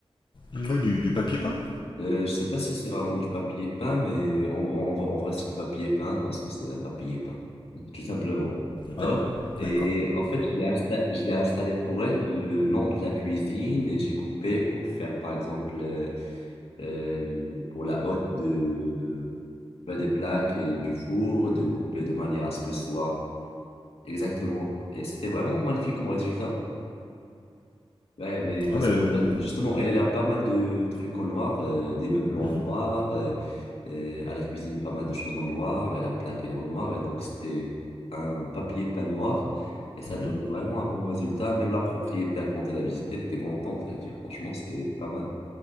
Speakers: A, on the left (about 50°); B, on the left (about 80°).
A: Ouais, du, du papier peint.
B: Euh, je sais pas si c'est vraiment du papier peint, mais en, en, en vrai, c'est du papier peint parce que c'est un papier peint, <laughs> tout simplement. Donc,
A: Ouais,
B: et
A: d'accord.
B: en fait, je l'ai insta- je l'ai installé pour elle le long de la cuisine et j'ai coupé pour faire, par exemple, euh, euh, pour la haute de, bah, des plaques et du four, de couper de manière à ce que ce soit exactement. Et c'était vraiment magnifique comme résultat. Là, il y avait, parce
A: Ah bah, euh,
B: qu'en fait, justement, elle, elle a pas mal de trucs en noir, euh, des meubles en
A: mhm,
B: noir, euh, euh, à la cuisine, pas mal de choses en noir, et la plaque, elle est en noir, et donc c'était un papier peint noir, et ça
A: mhm.
B: donnait vraiment un bon résultat. Même la propriétaire, quand elle a visité, elle était contente, elle a dit, franchement, c'est pas mal.